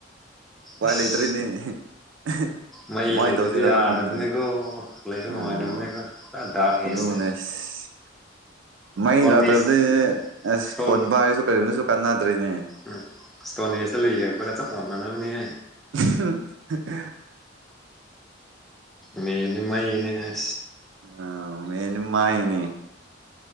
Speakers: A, on the right; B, in the centre.
A: ꯋꯥ
B: ꯑꯁ
A: ꯂꯩꯇ꯭ꯔꯦꯅꯦ <unintelligible>
B: ꯃꯩ ꯂꯩꯇ꯭ꯔꯗꯤ ꯌꯥꯗꯕꯅꯤꯀꯣ
A: ꯈꯪꯗ꯭ꯔꯦ
B: ꯂꯩꯕ
A: ꯑꯣ
B: ꯅꯨꯡꯉꯥꯏ ꯇꯥꯕꯅꯦꯕ ꯗꯥꯛ ꯑꯦꯁꯅꯦ
A: ꯑꯗꯨꯅꯦ ꯑꯁ ꯃꯩ ꯂꯥꯛꯇꯕꯗꯩꯗꯤ
B: ꯑꯦꯖ
A: ꯑꯁ
B: ꯏꯁꯇꯣꯟ
A: ꯐꯣꯟ ꯄꯥꯏꯔꯁꯨ ꯀꯔꯤꯃꯠꯇꯁꯨ ꯀꯥꯟꯅꯗ꯭ꯔꯦꯅꯦ
B: ꯎꯝ ꯏꯁ꯭ꯇꯣꯅꯦꯖꯇ ꯂꯩꯕꯒ ꯆꯞ ꯃꯥꯟꯅꯔꯝꯅꯤꯍꯦ
A: <inaudible>
B: ꯃ‌ꯦꯟꯗꯤ ꯃꯩꯩꯅꯤꯍ‌ꯦ
A: ꯑ ꯃꯦꯟ ꯃꯥꯥꯏꯅꯤ